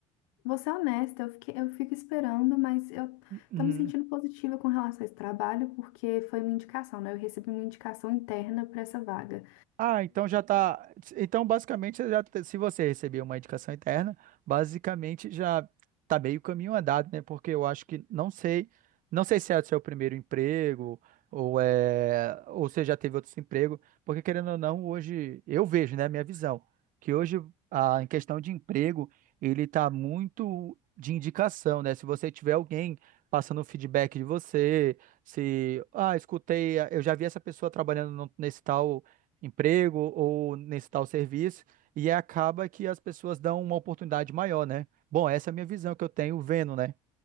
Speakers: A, on the left (about 75°); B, on the right (about 55°).
A: Vou ser honesta, eu fiquei- eu fico esperando, mas eu
B: Uhum.
A: tô me sentindo positiva com relação a esse trabalho, porque foi uma indicação, né? Eu recebi uma indicação interna para essa vaga.
B: Ah, então já tá. Então, basicamente, você já, te- se você receber uma indicação interna, basicamente já tá meio caminho andado, né? Porque eu acho que não sei, não sei se é o seu primeiro emprego ou é, ou você já teve outros empregos, porque querendo ou não, hoje eu vejo, né, minha visão, que hoje a em questão de emprego, ele tá muito de indicação, né? Se você tiver alguém passando um feedback de você, se, ah, escutei, eu já vi essa pessoa trabalhando no- nesse tal emprego ou nesse tal serviço, e acaba que as pessoas dão uma oportunidade maior, né? Bom, essa é a minha visão que eu tenho vendo, né,